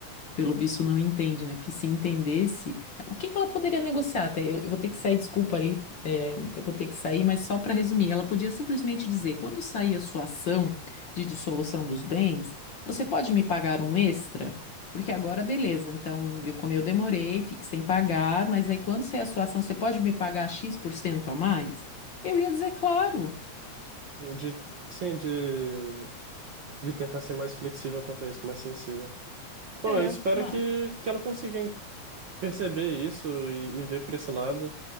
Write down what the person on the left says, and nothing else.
pelo visto, não entende, né? Porque se entendesse, o que que ela poderia negociar? Até eu, eu vou ter que sair, desculpa ali, é, eu vou ter que sair, mas só para resumir, ela podia simplesmente dizer: quando sair a sua ação de dissolução dos bens, você pode me pagar um extra? Porque agora, beleza, então eu, como eu demorei, fique sem pagar, mas aí quando sair a sua ação, você pode me pagar X% por cento a mais? Eu ia dizer, claro.
É,
mas.